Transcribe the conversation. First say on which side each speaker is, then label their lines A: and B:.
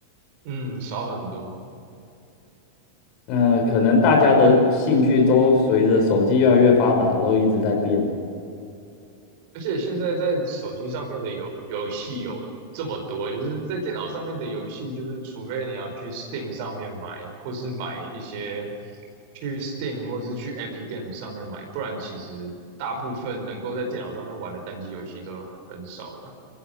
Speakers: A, on the right; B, on the left.
A: 嗯，少很多。
B: 呃，可能大家的兴趣都随着手机越来越发达，都一直在变。
A: 而且现在在手机上面的游游戏有这么多，就是在电脑上面的游戏，就是除非你要去 Steam 上面买，或是买一些去 Steam 或是去 Epic Games 上面买，不然其实大部分能够在电脑上面玩的单机游戏都很少了。